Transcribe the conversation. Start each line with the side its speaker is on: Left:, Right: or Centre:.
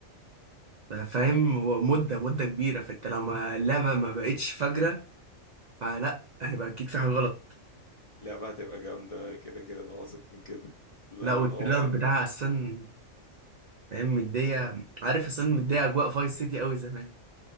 Right: فاهم هو مدة مدة كبيرة فانت لو ما- اللعبة ما بقتش فجرة فلا هيبقى اكيد في حاجة غلط
Left: لعبة هتبقى جامدة كده كده أنا واثق من كده لا
Right: لا
Left: لا
Right: والتريلر
Left: أنا واثق
Right: بتاعها اصلا فاهم مدية عارف اصلا مدية اجواء فايس سيتي قوي زمان